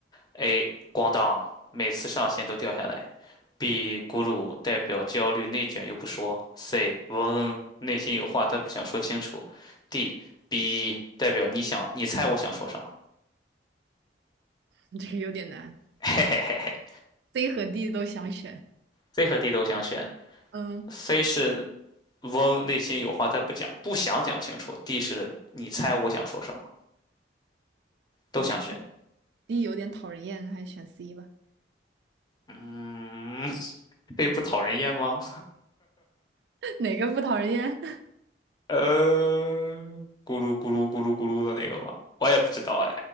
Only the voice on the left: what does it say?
？A. 咣当，每次上线都掉下来。B. 咕噜，代表焦虑内卷又不说。C. 嗡，内心有话但不想说清楚。D. B 代表你想，你猜我想说什么？
<laughs> 嘿嘿嘿嘿
，C 和 D 都想选。
C 是嗡，内心有话但不讲，不想讲清楚。D 是你猜我想说什么，都想选。
嗯，<laughs> 这不讨人厌吗？
呃，咕噜咕噜咕噜咕噜的那个吧，我也不知道哎，